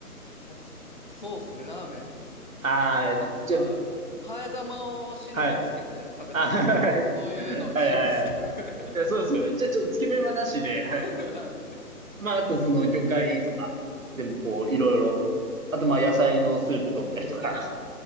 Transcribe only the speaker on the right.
あー、
じゃ、
はい。あ、<laughs> はい。
はいはいはい。いや、そうですよね。じゃあちょっとつけ麺はなしで、
はい。
まあ、あとその魚介とか、でもこう、
いろいろ。あとまあ野菜のスープ取ったりとか。